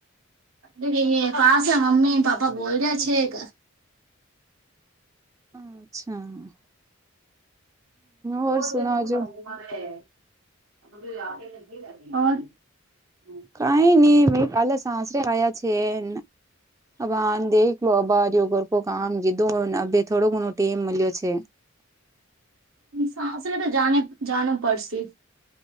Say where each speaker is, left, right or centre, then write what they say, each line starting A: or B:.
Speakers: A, on the right (about 80°); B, on the right (about 15°).
A: અ એ પાસે મમ્મી પાપા બોલ્યા છે કે
B: અચ્છા
A: <unintelligible>
B: હર સુણાવજો
A: <unintelligible>
B: કઈ નહી મે કાલે સાસરે આયા છે એ હવે હ દેલો અબારર કોકામ કીધું હો થોડો ઘણો ટેમ મળ્યો છે
A: સાસરે તો જઆ જાણું પડશે